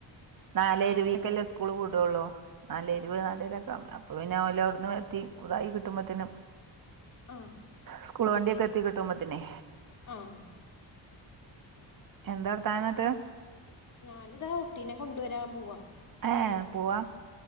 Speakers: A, on the right; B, on the left.
A: നാലെ ഇരുവീക്കല്ലേ സ്കൂള് വിടോള്ളൂ നാലെരുവ്
B: ആഹ്
A: നാലരോക്കെ അപ്പ പിന്നെ ഓല് അവ്ട്ന്ന് എത്തി ഇതായി കിട്ടുമ്പോത്തിന്
B: ആഹാ
A: സ്കൂൾ വണ്ടിയൊക്കെ എത്തി കിട്ടുമ്പത്തിനെ
B: ആഹാ
A: എന്താർതാനം ന്നിട്ട്
B: ഞാനിതാ കുട്ടീനെ കൊണ്ടുവരാൻ പോവാ.
A: ആഹാ പോവാ